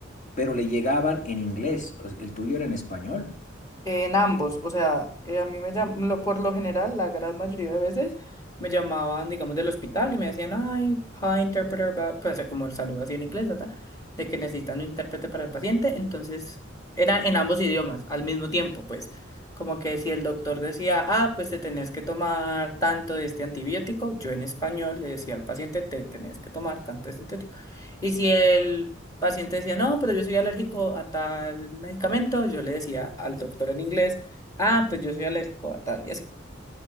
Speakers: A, on the left (about 40°); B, on the left (about 20°).
A: pero le llegaban en inglés. o- El tuyo era en español.
B: En ambos, o sea, eh, a mí me llam- por lo general, la gran mayoría de veces me llamaban, digamos, del hospital y me decían, ay, hi, interpreter, bla", pues, o sea, como el saludo así en inglés, ta, ta, de que necesitan un intérprete para el paciente, entonces era en ambos idiomas, al mismo tiempo, pues, como que si el doctor decía, ah, pues te tenés que tomar tanto de este antibiótico, yo en español le decía al paciente, te tenés que tomar tanto de este antibiótico, y si el paciente decía, no, pero yo soy alérgico a tal medicamento, yo le decía al doctor en inglés, ah, pues yo soy alérgico a tal, y así.